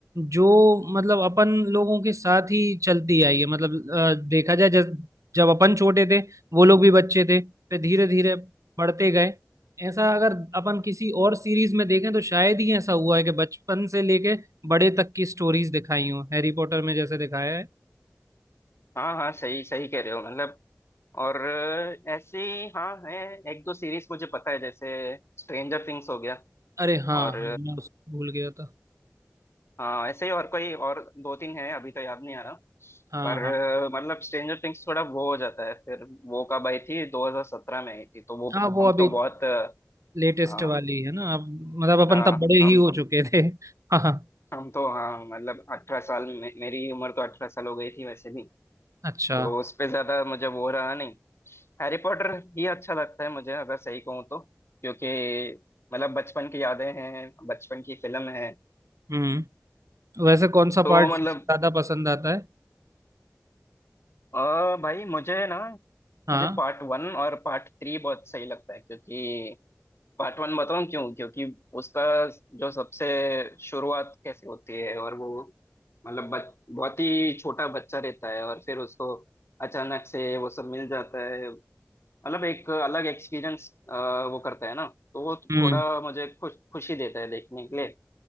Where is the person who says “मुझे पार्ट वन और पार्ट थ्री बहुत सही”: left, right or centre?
Left